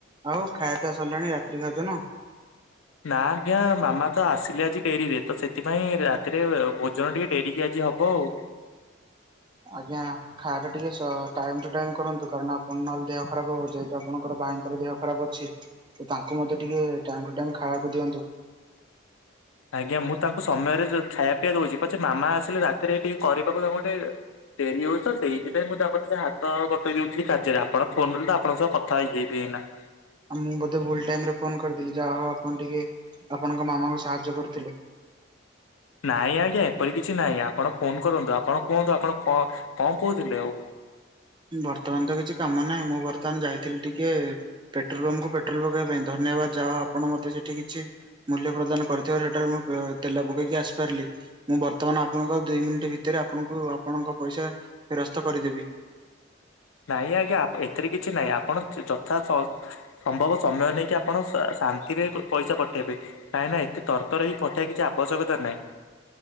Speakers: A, on the right; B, on the left.
A: ଆଉ ଖାଇପିଆ ସରିଲାଣି ରାତ୍ରି ଭୋଜନ।
B: ନା ଆଜ୍ଞା ମାମା ତ ଆସିଲେ ଆଜି ଡେରିରେ ତ ସେଥିପାଇଁ ରାତିରେ ଭୋଜନ ଟିକେ ଡେରିିକି ଆଜି ହ ହଉ।
A: ଆଜ୍ଞା। ଖାଇବା ଟିକେ ସ ଟାଇମ୍‌ଟୁ ଟାଇମ୍ କରନ୍ତୁ କାରଣ ଆପଣ ନହେଲେ ଦେହ ଖରାପ ହବ ଯେହେତୁ ଆପଣଙ୍କର ଭାଇଙ୍କର ଦେହ ଖରାପ ଅଛି। ତାଙ୍କୁ ମଧ୍ଯ ଟିକେ ଟାଇମ୍ ଟୁ ଟାଇମ୍ ଖାଇବାକୁ ଦିଅନ୍ତୁ।
B: ଆଜ୍ଞା ମୁଁ ତାଙ୍କୁ ସମୟରେ ଯେ ଖାଇବା ପିଇବା ଦଉଛି ପଛେ ମାମା ଆସିଲେ ରାତିରେ ଟିକେ କରିବାକୁ ତାଙ୍କୁ ଟିକେ ଡେରି ହଉଛି ସେଇଥିପାଇଁ ମୁଁ ତାଙ୍କୁ ଟିକେ ହାତ ବତେଇ ଦଉଥିଲି କାର୍ଯ୍ୟରେ ଆପଣ ଫୋନ କଲେ ତ ଆପଣଙ୍କ ସହ କଥା ହେଇଯିଵି ଏଇନା।
A: ଆଉ ମୁଁ ବୋଧେ ଭୁଲ ଟାଇମରେ ଫୋନ କରିଦେଲି ଯାହାହଉ ଆପଣ ଟିକେ ଆପଣଙ୍କ ମାମାଙ୍କୁ ସାହାଯ୍ୟ କରିୁଥିଲେ।
B: ନାଇଁ ଆଜ୍ଞା ଏପରି କିଛି ନାହିଁ ଆପଣ ଫୋନ କରନ୍ତୁ ଆପଣ କୁହନ୍ତୁ ଆପଣ କଣ କଣ କହୁଥିଲେ ଆଉ।
A: ବର୍ତ୍ତମାନ ତ କିଛି କାମ ନାହିଁ ମୁଁ ବର୍ତ୍ତମାନ ଯାଇଥିଲି ଟିକେ ପେଟ୍ରୋଲ ପମ୍ପକୁ ପେଟ୍ରୋଲ ପକେଇବା ପାଇଁ ଧନ୍ୟବାଦ ଯାହା ହଉ ଆପଣ ମତେ ସେଠି କିଛି ମୂଲ୍ୟ ପ୍ରଦାନ କରିଥିବାରୁ ସେଠାରେ ମୁଁ ପେ ତେଲ ପକେଇକି ଆସିପାରିଲି। ମୁଁ ବର୍ତ୍ତମାନ ଆପଣଙ୍କ ଦୁଇ ମିନିଟ୍ ଭିତରେ ଆପଣଙ୍କୁ ଆପଣଙ୍କ ପଇସା ଫେରସ୍ତ କରିଦେବି।
B: ନାଇଁ ଆଜ୍ଞା ଆପ ଏଥିରେ କିଛି ନାଇଁ ଆପଣ ଯଥା ସ ସମ୍ଭବ ସମୟ ନେଇକି ଆପଣ ସା ଶାନ୍ତିରେ ପଇସା ପଠେଇବେ କାଇଁ ନା ଏତେ ତରତର ହେଇ ପଠେଇବା କିଛି ଆବଶ୍ୟକତା ନାହିଁ।